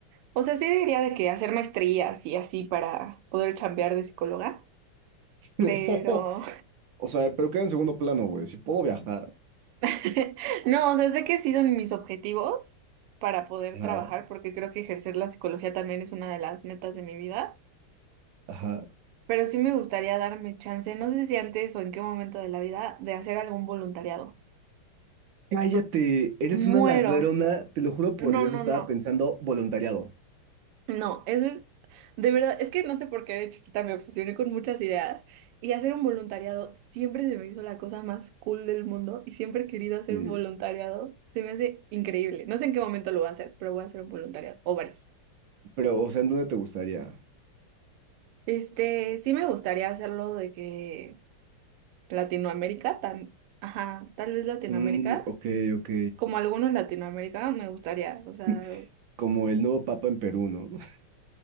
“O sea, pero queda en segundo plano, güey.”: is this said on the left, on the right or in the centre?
Right